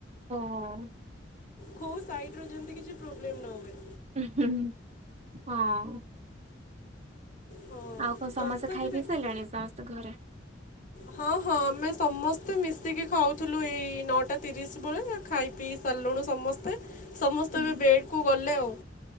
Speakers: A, on the right (about 35°); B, on the left (about 45°).
A: ହଁ।
B: ହୋ ସାଇଟ ର ଯେମିତି କିଛି ପ୍ରୋବ୍ଲେମ ନ ହୁଏ।
A: ଉହୁ ହଁ ହଁ।
B: ହଁ
A: ଆଉ କଣ ସମସ୍ତେ
B: ତଥାପି
A: ଖାଇ ପିଇ
B: ଦେଖ
A: ସାରିଲେଣି ସମସ୍ତେ ଘରେ?
B: ହଁ ହଁ ଆମେ ସମସ୍ତେ ମିଶିକି ଖାଉଥିଲୁ ଏଇ ନଅଟା ତିରିଶ ବେଳେ। ଖାଇ ପିଇ ସାରିଲୁଣି ସମସ୍ତେ ସମସ୍ତେ
A: ହୁଁ
B: ଏବେ ବେଡ଼କୁ ଗଲେ ଆଉ।